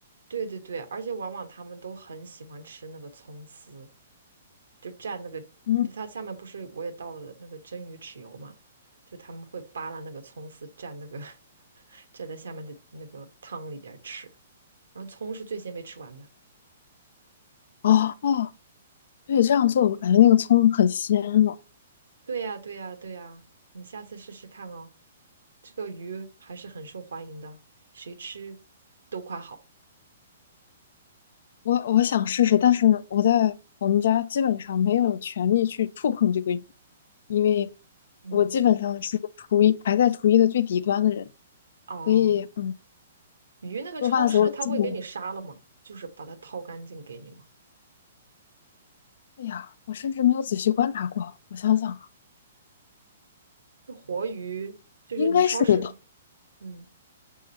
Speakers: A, on the right; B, on the left.
A: 对对对，而且往往他们都很喜欢吃那个葱丝，就蘸那个，
B: 嗯，
A: 它下面不是我也倒了那个蒸鱼豉油嘛，就他们会扒拉那个葱丝蘸那个 <laughs> 蘸在下面的那个汤里边吃，然后葱是最先被吃完的。
B: 哦哦，对，这样做我感觉那个葱很鲜了。
A: 对呀，对呀，对呀，你下次试试看哦。这个鱼还是很受欢迎的，谁吃都夸好。
B: 我我想试试，但是我在我们家基本上没有权利去触碰这个鱼，因为
A: 嗯，
B: 我基本上是厨艺排在厨艺的最底端的人，
A: 哦，
B: 所以嗯，
A: 鱼那个超市它会给你杀了吗？
B: 做饭的时候基本，
A: 就是把它掏干净给你吗？
B: 哎呀，我甚至没有仔细观察过。我想想啊，
A: 就活鱼，就是你超市，
B: 应该是给头
A: 嗯，